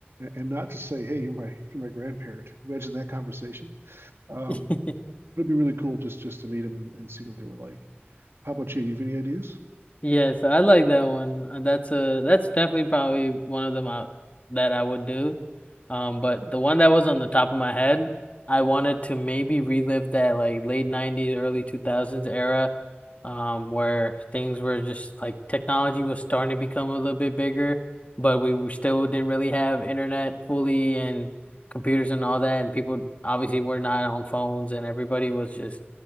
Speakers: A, on the right; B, on the left.
A: and, not just say, "Hey, you're my you're my grandparent." Imagine that conversation. Um,
B: <laughs>
A: it'd be really cool just just to meet them and, and see what they were like. How about you? Do you have any ideas?
B: Yes, I like that one. Uh, That's a that's definitely probably one of them out that I would do. Um, but the one that was on the top of my head, I wanted to maybe relive that like late 90s, early 2000s era, um, where things were just like technology was starting to become a little bit bigger, but we were still didn't really have internet fully and computers and all that, and people obviously were not on phones and everybody was just,